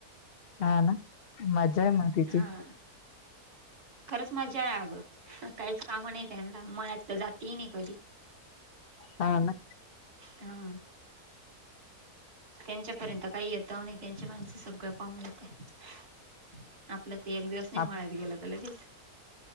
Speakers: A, on the left; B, on the right.
A: हा ना, मज्जा आहे म तिची.
B: हा खरंच मजा आहे अगं, काहीच कामं नाही त्यांना अन मळ्यात तर जात ही नाही कधी.
A: हा ना.
B: हा. त्यांच्यापर्यंत काही येत नाही, त्यांची माणसं सगळं पाहून घेताय. आपलं ते एक दिवस नाही
A: आप-
B: मळ्यात गेलं तर लगेच